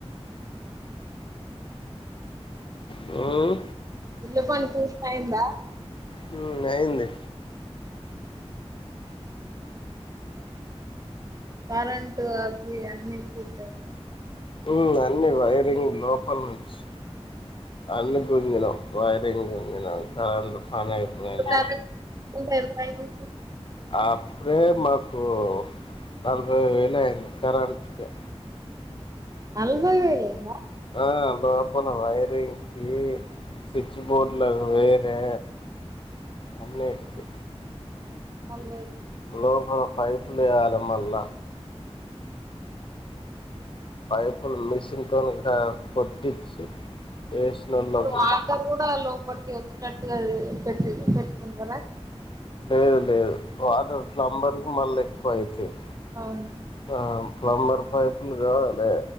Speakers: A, on the left (about 55°); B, on the right (about 35°).
A: హ్మ్.
B: ఇల్లు పని పూర్తయిందా
A: హ్మ్. అయింది.
B: కరెంట్ అవి అన్ని పూర్తయినాయా
A: హ్మ్. అన్ని వైరింగ్ లోపల నుంచి అన్ని గుంజినం వైరింగ్ గుంజినం కరెంటు పనయిపోయింది
B: ఇప్పుడు కరెంట్ ఎంత అయింది
A: అప్పుడే మాకు నలభై వేలయింది కరెంట్కే
B: నలవై వేలయిందా
A: ఆ లోపల వైరింగ్కి స్విచ్ బోర్డ్లో అవి వేరే అన్నిటికి
B: నల్
A: లోపల పైపు లేయాల మల్ల పైపులు మిషన్తోను కా కొట్టిచ్చి ఎస్నోళ్లకు
B: ఇప్పుడు వాటర్ కూడా లోపలికి వచ్చేటట్టుగా పెట్టి పెట్టుకున్నారా
A: లేదు లేదు వాటర్ ఫ్లంబర్ కు మల్లెక్కువయితయి.
B: అవును
A: ఆ ప్లంబర్ పైపులు కావాలె